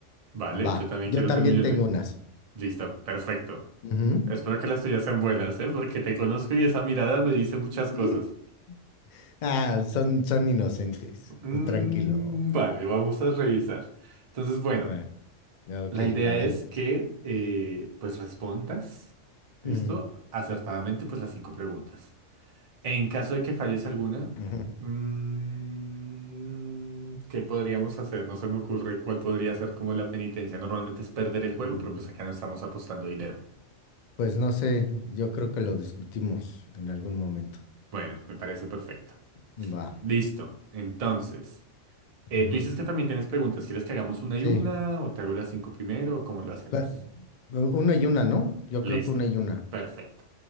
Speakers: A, on the right; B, on the left.
A: Vale,
B: Va.
A: yo también
B: Yo
A: quiero
B: también
A: ser millonario.
B: tengo unas.
A: Listo, perfecto.
B: Ujú.
A: Espero que las tuyas sean buenas, ¿eh? Porque te conozco y esa mirada me dice muchas
B: <laughs>
A: cosas.
B: Ah, son, son inocentes.
A: Mm,
B: Tú tranquilo.
A: vale, vamos a revisar. Entonces, bueno.
B: Bueno, ya, ok,
A: La idea
B: a ver.
A: es que eh, pues respondas, ¿listo?
B: Ujú,
A: Acertadamente pues las cinco preguntas. En caso de que falles alguna,
B: ujú.
A: mm, ¿qué podríamos hacer? No se me ocurre cuál podría ser como la penitencia. Normalmente es perder el juego,
B: Mm,
A: pero pues acá no estamos apostando dinero.
B: Pues no sé, yo creo que lo discutimos en algún momento.
A: Bueno, me parece perfecto.
B: Va.
A: Listo. Entonces, eh,
B: ujú,
A: tú dices que también tienes preguntas. ¿Quieres que hagamos una
B: Sí.
A: y una o te hago las cinco primero o cómo lo hacemos?
B: Pa- u- Una y una, ¿no? Yo
A: Listo.
B: creo que una y una.
A: Perfecto.